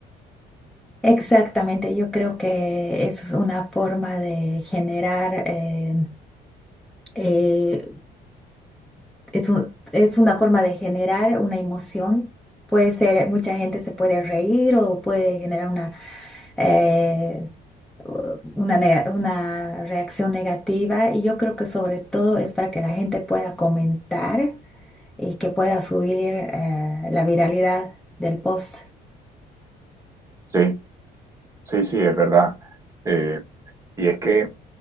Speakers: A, in the centre; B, on the right.
A: Exactamente, yo creo que es una forma de generar, eh, eh, es un- es una forma de generar una emoción. Puede ser, mucha gente se puede reír o puede generar una, eh, una, nega- una reacción negativa y yo creo que sobre todo es para que la gente pueda comentar y que pueda subir eh, la viralidad del post.
B: Sí. Sí, sí, es verdad. Eh, y es que